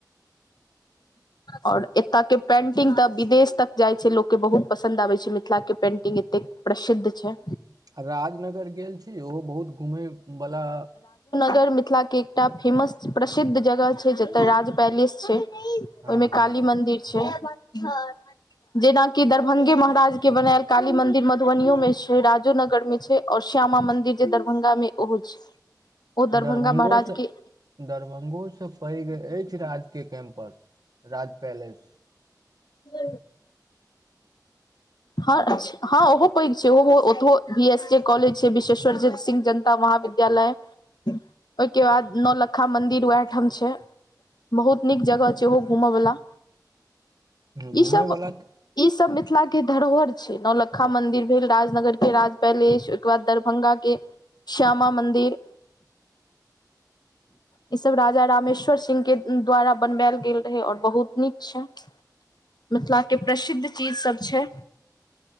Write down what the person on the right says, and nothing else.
राजनगर गेल छी ओहो बहुत घूमयवला
हँ हँ
ओ
दरभंगोसँ
दरभंगोसँ पैघ अछि राजकेय कैम्पस राज पैलेस
घूमय
वला